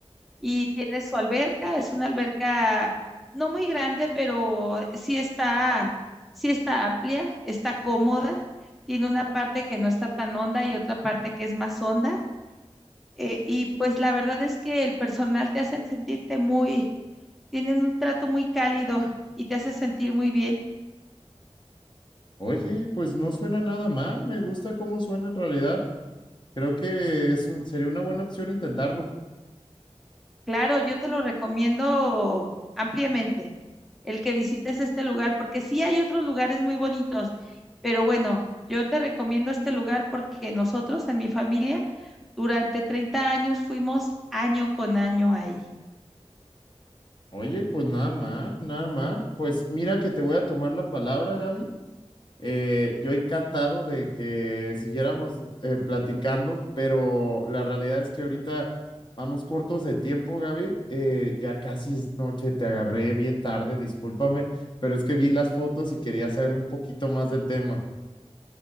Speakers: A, in the centre; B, on the left.
A: y tiene su alberca, es una alberca no muy grande, pero sí está, sí está amplia, está cómoda, tiene una parte que no está tan honda y otra parte que es más honda. eh, y pues la verdad es que el personal te hace sentirte muy, tienen un trato muy cálido y te hace sentir muy bien.
B: Oye, pues no suena nada mal. Me gusta cómo suena en realidad. Creo que es un- sería una buena opción intentarlo.
A: Claro, yo te lo recomiendo ampliamente, el que visites este lugar, porque sí hay otros lugares muy bonitos, pero bueno, yo te recomiendo este lugar porque nosotros en mi familia durante 30 años fuimos año con año ahí.
B: Oye, pues nada mal, nada mal. Pues mira que te voy a tomar la palabra, Gaby. Eh, yo encantado de que siguiéramos eh, platicando, pero la realidad es que ahorita vamos cortos de tiempo, Gaby. Eh, ya casi es noche, te agarré bien tarde, discúlpame, pero es que vi las fotos y quería saber un poquito más del tema.